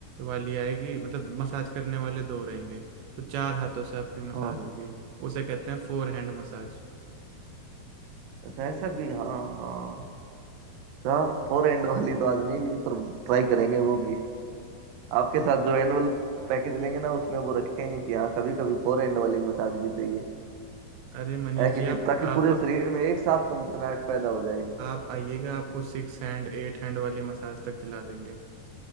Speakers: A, on the right (about 90°); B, on the right (about 70°).
A: वाली आएगी मतलब मसाज करने वाले दो रहेंगे तो चार हाथों से आपकी मसाज
B: हाँ
A: होगी उसे कहते हैं फोर हैंड मसाज
B: ऐसा ऐसा भी हाँ हाँ चार फोर एंड वाली तो आज नहीं ली पर ट्राई करेंगे वो भी आपके साथ जो एनुअल पैकेज लेंगे ना उसमें वो रखेंगे कि हाँ कभी कभी फोर एंड वाली मसाज भी चाहिए
A: अरे मनीष
B: है कि
A: जी
B: नहीं
A: आप
B: ताकि
A: आप
B: पूरे शरीर में एक साथ सनसनाहट पैदा हो जाए
A: आप आइएगा आपको सिक्स हैंड एट हैंड वाली मसाज तक दिला देंगे